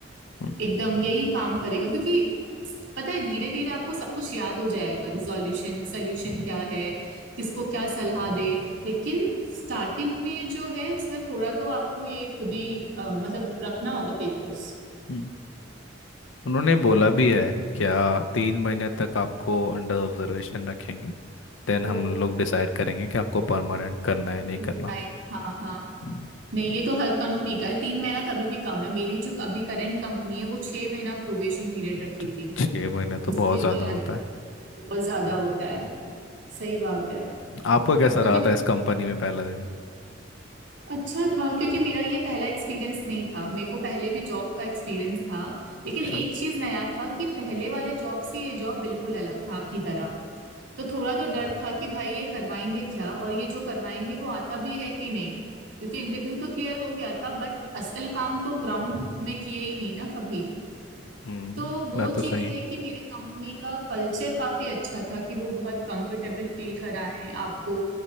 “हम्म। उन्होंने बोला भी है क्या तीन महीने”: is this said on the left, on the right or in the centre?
Left